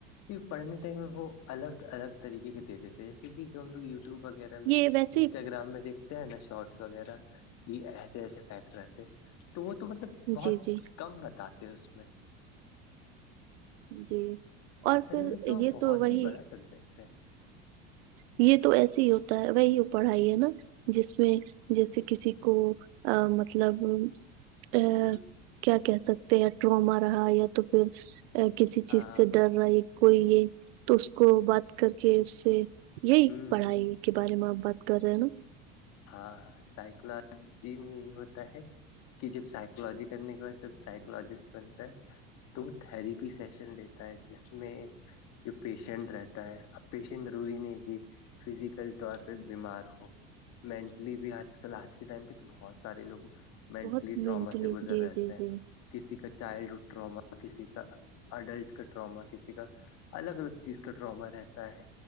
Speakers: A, on the left; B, on the right.
A: پ پڑھنے ٹائم میں وہ الگ الگ طریقے کے دے دیتے ہیں جیسے کہ جو ہم لوگ یوٹیوب وغیرہ انسٹاگررام
B: یہ ویسے ہی
A: میں دیک ہیں نا شارٹس وغیرہ کہ ایسے ایسے فیکٹ رہتے تو وہ تو مطلب بہت
B: جی جی
A: کم بتاتے اس میں
B: جی اور
A: اصل
B: پھر
A: میں
B: یہ
A: بہت
B: تو وہی
A: ہی بڑا سبجیکٹ ہے
B: یہ تو ایسے ہی ہوتا ہے وہی پڑھائی ہے نا جس میں جیسے کسی کو مطلب ا
A: ہوں
B: کیا کہہ سکتے ہیں یا ٹروما رہا یا تو پھر کسی
A: ہاں
B: چیز سے ڈر رہا کوئی یہ تو اس کو بات کر کے اس سے یہی
A: ہوں ہ
B: پڑھائی کے بارے میں آپ بات کر رہے ہیں نا
A: ہاں ہاں سائیکولوجی میں یہ ہوتا ہے کہ جب سائیکولوجی کرنے کے بع سب سائیکولوجسٹ بنتا ہے تو تھھیریپی سیشن لیتا ہے جس میں جو پیشنٹ رہتا ہے اب پیشنٹ ضروری نہیں ہے کہ فزیکل طور پہ بیمار ہو مینٹلی بھی آج کل آج کے ٹائم پہ تو بہت سارے لوگوں مینٹلی
B: بہت
A: ٹراما
B: مینٹلی
A: سے گزر
B: جی
A: رہتا
B: جی
A: ہے
B: جی
A: کسی کا چائلڈ ہوڈ ٹراما کسی کا اڈلٹ کا ٹراما کسی کا الگ الگ چیز کا ڈراما رہتا ہے